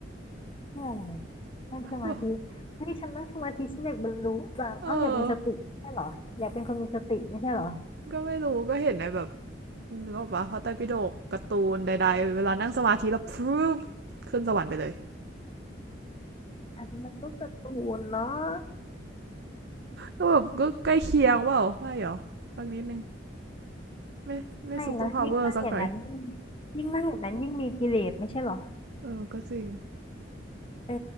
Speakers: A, on the left (about 30°); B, on the right (about 60°).
A: เพื่ออะไรนั่งสมาธิเฮ้ยฉันนั่งสมาธิฉันอยากบรรลุจังเอ้าอยากมีสติไม่ใช่เหรออยากเป็นคนมีสติไม่ใช่เหรอ
B: <laughs> เออก็ไม่รู้ก็เห็นในแบบนึกออกปะพระไตรปิฎกการ์ตูนใดๆเวลานั่งสมาธิแล้วพรึบขึ้นสวรรค์ไปเลย
A: อันนี้มันก็การะตูนเนาะ
B: ก็แบบก็ใกล้เคียงว่าไม่หรอสักนิดนึงไม่ไม่ซุปเปอร์พาวเวอร์สักหน่อย
A: ไม่นะยิ่งนั่งอย่างนั้นยิ่งยิ่งนั่งอย่างนั้นยิ่งมีกิเลสไม่ใช่เหรอ
B: เออก็จริง
A: เออ